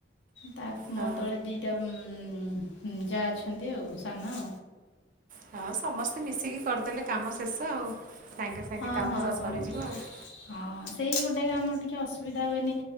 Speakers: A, on the left; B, on the right.
A: ତା
B: ହଁ
A: ମୋ ତଳେ ଦିଇଟା ଉଁ ଉଁ ଯା ଅଛନ୍ତି ଆଉ ସାନ।
B: ହଁ ସମସ୍ତେ ମିଶିକି କରିଦେଲେ କାମ ଶେଷ ଆଉ ସାଙ୍ଗେ ସାଙ୍ଗେ
A: ହଁ
B: କାମ
A: ହଁ ସମ
B: ସରିଯିବ ଆଉ।
A: ହଁ ସେଇ ଗୋଟେ କାମ ଟିକେ ଅସୁବିଧା ହୁଏନି